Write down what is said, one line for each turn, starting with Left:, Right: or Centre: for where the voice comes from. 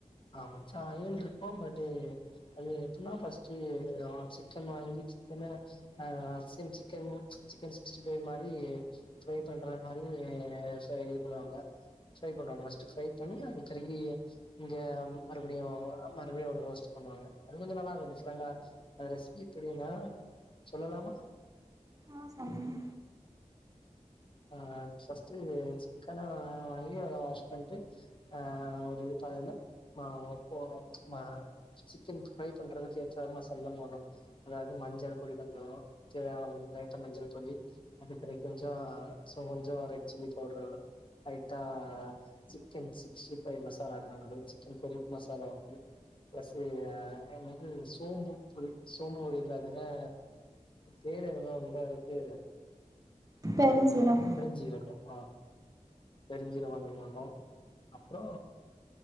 Left: ஆ மச்சா ஏழ் இருக்கோ பட் டு் அது எப்டினா ஃபர்ஸ்ட் ஆ சிக்கன் வாங்கி சிக்கன ஆ சென் சிக்கன் சிக்கன் சிக்ஸ்டி ஃபைவ் மாரி ஃப்ரை பண்ற மாரி சோ இது பண்ணுவாங்க ஃப்ரை பண்ணுவாங்க ஃபர்ஸ்ட் ஃப்ரை பண்ணி அது கருகி இங்க மறுபடியு ஆ மறுபடியு ஒரு ரோஸ்ட் பண்ணுவாங்க அது கொஞ்சோ நல்லா இருக்கு டிப்ரெண்டா ஆ ரெசிபி எப்டினா சொல்லலாமா
Right: ஆ சொல்லுங்க
Left: ஆ ஃபர்ஸ்ட் சிக்கன வாங்கி அத வாஸ் பண்ட்டு ஆ ஒரு இது ப அதுல மா ஓ போ மா சிக்கன் ஃப்ரை பண்றதுக்கு ஏத்த மசால்லா போடனு அதாவது மஞ்சள் பொடி கொஞ்சோ தேவையான அளவு வந்து அதுக்கேத்த மஞ்சள் பொடி அது பெறகு கொஞ்சோ சொவன்ஜோ ரெட் சில்லி பவுடரு லைட்டா சிக்கன் சிக்ஸ்டி ஃபைவ் மசாலா என்ன உண்டு சிக்கன் பொரிப் மசாலா உண்டு பிளஸ் அண்ட் வந்து சோம்பு பொடி சோம்பு பிடிக்காதுன்னா பேர் என்ன உண்டா அதுக்கு
Right: பெருஞ்சீரகம்
Left: பெருஞ்சீரகோ ஆ பெருஞ்சீரகோ வாங்கினு வந்தோ அப்பறோ